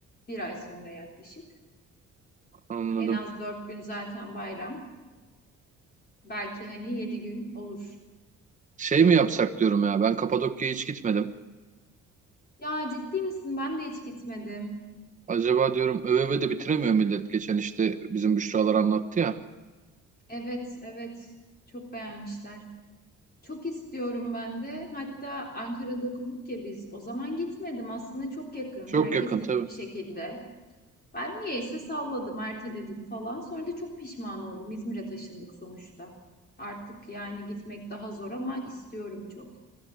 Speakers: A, on the left; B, on the right.
A: bir ay sonra yaklaşık.
B: Anladım.
A: En az dört gün zaten bayram. Belki hani yedi gün olur.
B: Şey mi yapsak diyorum ya. Ben Kapadokya'ya hiç gitmedim.
A: Ya ciddi misin? Ben de hiç gitmedim.
B: Acaba diyorum öve de bitiremiyor millet geçen işte bizim Büşralar anlattı ya.
A: Evet, evet. Çok beğenmişler. Çok istiyorum ben de. Hatta Ankara'da okuduk ya biz. O zaman gitmedim. Aslında çok yakın.
B: Çok
A: Herkes
B: yakın
A: gitti
B: tabii.
A: bir şekilde. Ben niyeyse salladım, erteledim falan. Sonra da çok pişman oldum. İzmir'e taşındık sonuçta. Artık yani gitmek daha zor ama istiyorum çok.